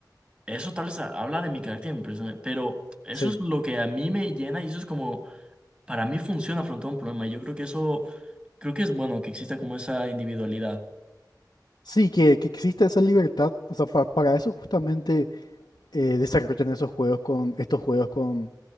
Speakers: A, on the right; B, on the left.
A: eso tal vez ha- habla de mi carácter y mi persona, pero eso
B: sí.
A: es lo que a mí me llena y eso es como, para mí funciona afrontar un problema, y yo creo que eso, creo que es bueno que exista como esa individualidad.
B: Sí, que, que exista esa libertad, o sea, pa- para eso justamente eh, desarrollan esos juegos con, estos juegos con,